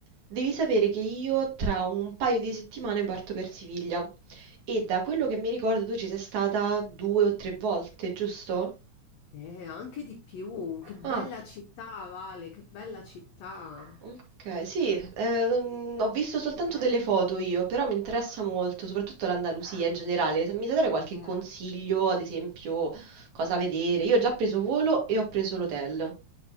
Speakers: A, on the right; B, on the left.
A: Devi sapere che io tra un paio di settimane parto per Siviglia e da quello che mi ricordo tu ci sei stata due o tre volte, giusto?
B: Eh, anche di più, che bella
A: Ah,
B: città, Vale, che bella città.
A: ok, sì, eh, non- ho visto soltanto delle foto io, però mi interessa molto, soprattutto l'Andalusia in generale. Se Mi sai dare qualche
B: Eh,
A: consiglio, ad esempio, cosa vedere? Io ho già preso volo e ho preso l'hotel.